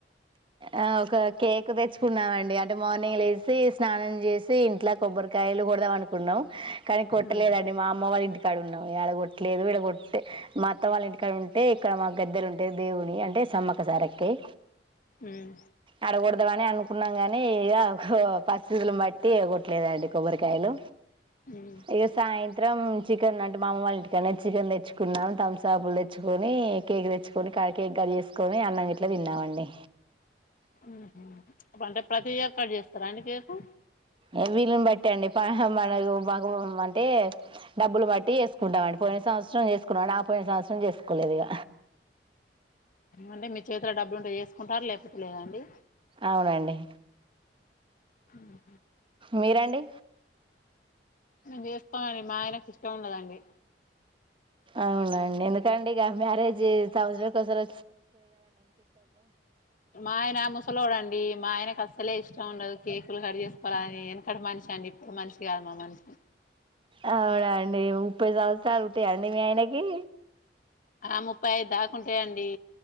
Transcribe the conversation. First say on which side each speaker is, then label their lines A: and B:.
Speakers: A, on the right (about 30°); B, on the left (about 50°).
A: ఆ ఒక కేక్ తెచ్చుకున్నామ అండి ఇడ్ మార్నింగ్ లేసి స్నానం చేసి ఇంట్లో కొబ్బరికాయలు కొడదాం అనుకున్నాం కానీ కొట్టలేదండి
B: ఉమ్
A: మా అమ్మ వాళ్ళ ఇంటి కాడ ఉన్నాము ఎడ కొట్ లేదు ఇడ కొట్ మా అత్త వాళ్ళ ఇంటికాడ ఉంటే క్క మా గద్దెలు ఉంటయి దేవునియి అంటే సమ్మక సారక్కయి
B: ఉమ్
A: ఆడగొడదనే అను కున్నాం గాని ఇగ హు పరిస్థితులను బట్ తీయ్య గొట్లేదండి కొబ్బరికాయలు
B: ఉమ్
A: ఇగ సాయంత్రం చికెన్ అ మా అమ్మ వాళ్ళ ఇంటికాన్నే చికెన్ తెచ్చుకున్నాం తంసాపులు తెచ్చుకొని కేక్ తెచ్చుకొని కేక్ కట్ చేసుకొని అన్నం ఇట్లా తిన్నామండి
B: ఊహూ అంటే ప్రతి ఇయర్ కట్ చేస్తారా అండి కేక్
A: ఏ వీలును బట్టి అండి <unintelligible> మనకు మాకు అంటే డబ్బులు బట్టి చేసుకుంటామండి పోయిన సంవత్సరం చేసుకున్నామండి ఆ పోయిన సంవత్సరం చేసుకోలేదిగ
B: అంటే మీరు చే తుల డబ్బులుంటే చేసుకుంటారు లేకపోతే లేదా అండి
A: అవునండి
B: హ ఆ
A: మీరండి
B: మేం చేస్తామండి మా ఆయనకు ఇష్టం ఉండదండి
A: అవున అండి ఎందుకంటే ఇగ మ్యారేజ్ సంవత్సరం ఓసారి
B: మా ఆయన ముసలోడండి మా ఆయనకు అస్సలే ఇష్టం ఉండదు కేకులు కట్ చేసుకోవడం అది ఎనకడ మనిషండి ఈ మనిషిగాదు మా మనిషి
A: అవునండి ముప్పై సంవత్సరాలు ఉంటాయండి మీ ఆయనకి
B: ఆ ముప్పై ఐదు దాకా ఉంటాయి అండి